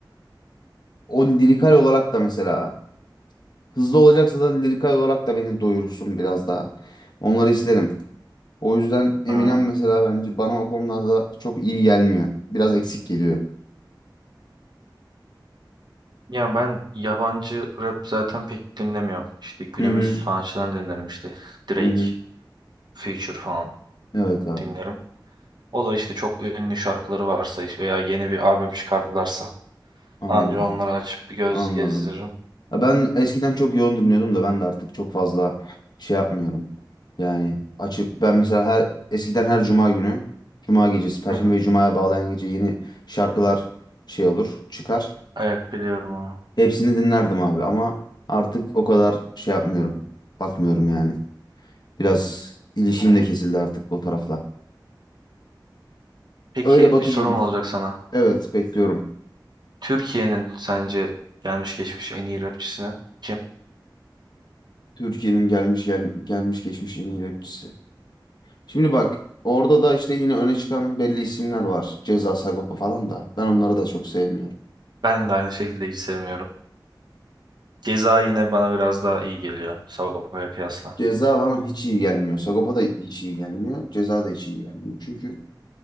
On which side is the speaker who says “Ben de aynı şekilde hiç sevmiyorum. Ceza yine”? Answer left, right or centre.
Right